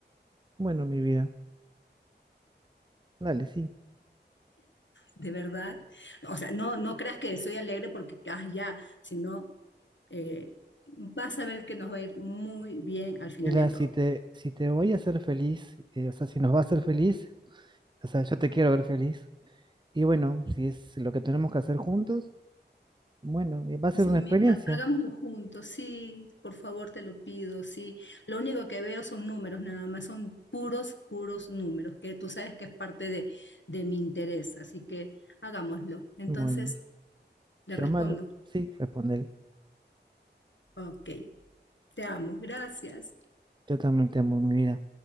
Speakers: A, on the right; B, on the left.
A: Bueno, mi vida, dale, sí.
B: de verdad. O sea, no, no creas que soy alegre porque, ah, ya, sino eh, vas a ver que nos va a ir muy bien al final
A: Mira,
B: de todo.
A: si te, si te voy a hacer feliz, eh, o sea, si nos va a hacer feliz, o sea, yo te quiero ver feliz. Y bueno, si es lo que tenemos que hacer juntos, bueno, eh, va a ser
B: Es
A: una
B: un
A: experiencia.
B: mes, ha- hagámoslo juntos, sí, por favor te lo pido, sí. Lo único que veo son números, nada más, son puros, puros números, que tú sabes que es parte de, de mi interés, así que hagámoslo. Entonces
A: Bueno.
B: le
A: Eso
B: respondo,
A: es malo. Sí, respóndele.
B: ok, te amo, gracias.
A: Yo también te amo mi vida.